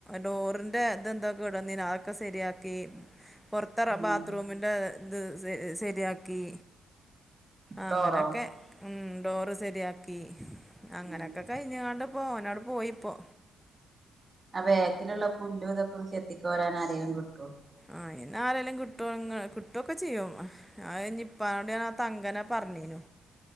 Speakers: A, in the centre; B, on the right.
A: ഡോറിന്റെ ഇന്ത് യെന്തൊ കേട് വന്നി അതൊക്കെയെ സെരിയാക്കി. പുറത്തെ റ
B: ഉം
A: ബാത്റൂമിന്റെ ഇത് ശരിയാക്കി. അങ്ങനെയൊക്കെ
B: ഡോറോ
A: ഉം ഡോറ് ശരിയാക്കി അങ്ങനൊക്കെ
B: ഉം
A: കഴിഞ്ഞി ങ്ങാട്ട് പൊ മോന്ആട്ട് പോയിപൊ.
B: ആ ബേക്കിലുള്ള പുല്ലല് ഇതൊക്കെ ഒന്ന് ചെത്തിക്കോരാൻ അറിയം കിട്ടുവ
A: ആ എന്നാ ആരെേങ്കാലും കട്ടും കട്ടുവൊക്കെ ചെയ്യും അത് ഇപ്പോട ആ തങ്ങനെ പറഞ്ഞേനു
B: ഉ